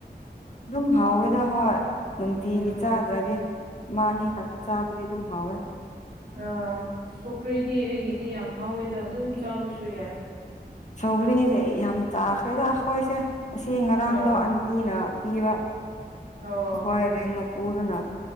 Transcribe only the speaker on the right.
ꯎꯝ
ꯑ ꯁꯣꯈ꯭ꯔꯩꯗꯤ ꯑꯩꯒꯤꯗꯤ ꯌꯥꯝ ꯍꯥꯎꯋꯦꯗ ꯑꯗꯨꯝ ꯆꯥꯕꯁꯨ ꯌꯥꯏ
ꯑꯥ
ꯑꯣ